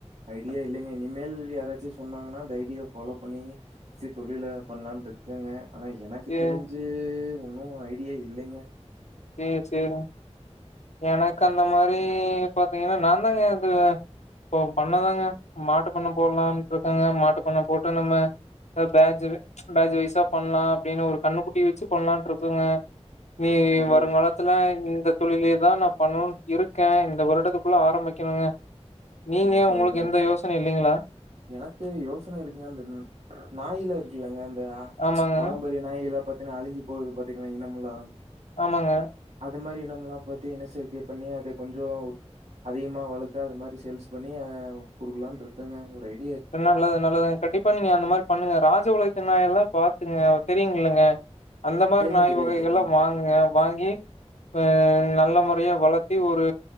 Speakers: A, on the right; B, on the left.
A: ஐடியா இல்லேங்க இனிமேல் யாராச்சு சொன்னாங்கன்னா அந்த ஐடியா ஃபாலோ பண்ணி செர் தொழில பண்ணலான்றிருக்கேங்க ஆனா எனக்கு
B: சேரிங்
A: தெரிஞ்சு ஒன்னு ஐடியா இல்லங்க
B: செரிங் சேரிங் எனக்கு அந்த மாரி ம் பாத்தீங்கன்னா நான் தாங்க ந்து இப்ப பண்ணதாங்க மாட்டுப்பண்ண போடலான்ட்டு இருக்கேங்க மாட்டுப்பண்ண போட்டு நம்ம பாஜ்ஜிது ப்ச் பாஜ் வய்சா பண்ணலா அப்படின்னு ஒரு கண்ணு குட்டி வச்சு பண்ணலான்ட்டு இருக்குங்க நீ
A: நல்லது.
B: மத் வருங்காலத்துல இந்தக் தொழிலே த நா பண்ணுன்ட் இருக்க இந்த வருடத்துக்குள்ள ஆரம்பிக்கணுங்க நீங்க
A: ஓகே
B: உங்களுக்கு
A: ஓகே
B: எந்த யோசனை இல்லைங்களா?
A: எனக்கு யோசன இருக்குங்க இந்த நாயிலா இருக் க்குல்லங்க ரா
B: ஆமாங்க,
A: பாரம்பரிய நாயிகளப் பத் த்தன அழி்ஞ்சி போது பாத்தீங்கன்னா இனமுல்லா
B: ஆமாங்க
A: அது மாதிரி நம்மல்லா பார்த்தி இனச்சேர்க்கை பண்ணி அத கொஞ்சோ அதிகமா வளர்த்து அது மாரி சேல்ஸ் பண்ணி ஆஹ் குடுக்கலான்ட்டு இருக்கேங்க ஒரு ஐடி
B: சேர் நல்லது நல்லது கண்டிப்பா நீங்க அந்த மாரி பண்ணுங்க ராஜவுளை க்க நாய் எல்லாம் பாத்துங்க தெரியு இல்லங்க அந்த மாரி
A: தெரியு
B: நாய்
A: தெரியு
B: வகைகள்
A: தெரியு.
B: ல்லாம் வாங்குங்க வாங்கி ஆஹ் நல்ல முறையா வளத்தி ஒரு